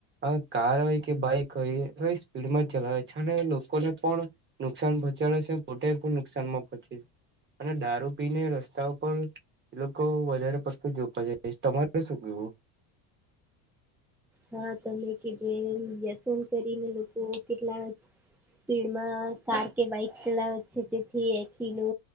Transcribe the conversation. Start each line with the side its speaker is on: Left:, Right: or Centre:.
Right: હ કાર હોય કે બાઈક હોય એ સ્પીડમાં ચલાવે છે, અને લોકોને પણ નુકસાન પહોંચાડે છે, બધા પણ નુકસાનમાં પહંચે છે. અને દારૂ પીને રસ્તા ઉપર એ લોકો વધારે પડતું જવ તમારે શું કેવું
Centre: હા તમે કે વ્યસન કરીને લોકો કેટલા સ્પીડમાં કાર કે બાઈક ચલાવે જે તેથી એક ખીલો